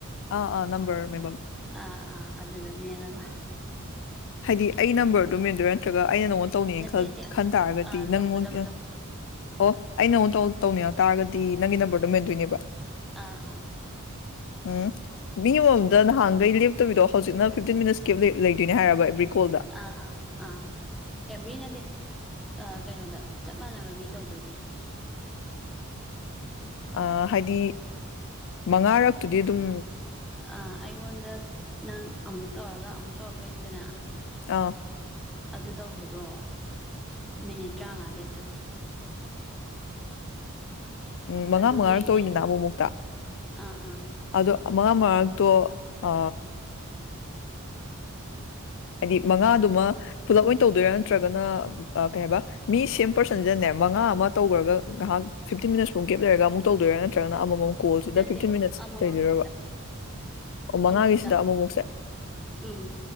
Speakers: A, on the left (about 60°); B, in the centre.
A: ꯑꯥ ꯑꯥ ꯅꯝꯕꯔ ꯃꯦꯝꯕꯝ
B: ꯑ ꯑꯥ ꯑꯗꯨꯗ ꯃꯦꯂꯒ
A: ꯍꯥꯏꯗꯤ ꯑꯩ ꯅꯝꯕꯔꯗꯣ ꯃꯦꯟꯗꯣꯏꯔꯥ ꯅꯠꯇ꯭ꯔꯒ ꯑꯩꯅ ꯅꯪꯉꯣꯟꯗ ꯇꯧꯅꯤꯡꯌꯦ
B: ꯅꯠꯇꯦ
A: ꯈ
B: ꯅꯠꯇꯦ
A: ꯈꯟ ꯇꯥꯔꯒꯗꯤ
B: ꯑꯥ ꯇꯧꯒꯗꯕꯗꯣ
A: ꯅꯪꯉꯣꯟ ꯑꯣ ꯑ ꯅ ꯑꯃꯨꯛ ꯇꯧꯅꯤꯡꯉꯛ ꯇꯥꯔꯒꯗꯤ ꯅꯪꯒꯤ ꯅꯝꯕꯔꯗꯣ ꯃꯦꯟꯗꯣꯏꯅꯦꯕ
B: ꯑꯥ ꯑꯥ
A: ꯎꯝ ꯃꯤ ꯑꯃꯃꯝꯗ ꯅꯍꯥꯟꯒꯩ ꯂꯦꯞꯇꯕꯤꯗꯣ ꯍꯧꯖꯤꯛꯅ ꯐꯤꯞꯇꯤꯟ ꯃꯤꯅꯠꯁ ꯀꯦꯞ ꯂꯩꯗꯣꯏꯅꯦ ꯍꯥꯏꯔꯕ ꯑꯦꯕ꯭ꯔꯤ ꯀꯣꯜꯗ
B: ꯑꯥ ꯑꯥ ꯑꯥ ꯑꯦꯕꯅꯗꯦ ꯀꯩꯅꯣꯗ ꯆꯞ ꯃꯥꯟꯅꯕ ꯃꯤ ꯇꯧꯗꯣꯏꯗꯤ
A: ꯑ ꯍꯥꯏꯗꯤ ꯃꯉꯥꯔꯛꯇꯨꯗꯤ ꯑꯗꯨꯝ
B: ꯑ ꯑꯩꯉꯣꯟꯗ ꯅꯪ ꯑꯃꯨꯛ ꯇꯧꯔꯒ ꯑꯃꯨꯛ ꯇꯧꯔꯛꯇꯣꯏꯅꯤꯗꯅ
A: ꯑꯥ
B: ꯑꯗꯨ ꯇꯧꯕꯗꯣ ꯃꯤꯅꯤꯠ ꯇꯔꯥꯃꯉꯥ ꯂꯦꯞꯇꯣꯏꯕ
A: ꯎꯝ ꯃꯉꯥ
B: ꯑꯗꯨꯒꯤ
A: ꯃꯉꯥꯔꯛꯇ
B: ꯃꯤ
A: ꯑꯣꯏꯅꯤꯅ ꯑꯃꯛ ꯃꯨꯛꯇ
B: ꯑꯥ ꯑꯥ
A: ꯑꯗꯣ ꯃꯉꯥꯡ ꯃꯔꯛꯇꯣ ꯑ ꯍꯥꯏꯗꯤ ꯃꯉꯥꯗꯨꯃ ꯄꯨꯂꯞ ꯑꯣꯏꯅ ꯇꯧꯗꯣꯏꯔꯥ ꯅꯠꯇ꯭ꯔꯒꯅ ꯀꯩ ꯍꯥꯏꯕ ꯃꯤ ꯁꯦꯝ ꯄꯔꯁꯟꯁꯤꯟꯅꯕ ꯃꯉꯥ ꯑꯃ ꯇꯧꯈ꯭ꯔꯒ ꯉꯥꯏꯍꯥꯛ ꯐꯤꯞꯇꯤꯟ ꯃꯤꯅꯠꯁꯐꯨꯛ ꯒꯞ ꯂꯩꯔꯒ ꯑꯃꯨꯛ ꯇꯧꯗꯣꯏꯔꯥ ꯅꯠꯇ꯭ꯔꯒꯅ ꯑꯃꯃꯛ ꯀꯣꯜꯁꯤꯗ
B: ꯅꯠꯇꯦ
A: ꯐꯤꯞꯇꯤꯟ ꯃꯤꯅꯠꯁ
B: ꯑꯃꯃꯝꯒꯤꯗ
A: ꯇꯩꯗꯔꯕ ꯑꯣ ꯃꯉꯥꯒꯤꯁꯤꯗ
B: ꯑꯃꯃꯝꯗ
A: ꯑꯃꯨꯛꯃꯨꯛꯁꯦ
B: ꯎꯝ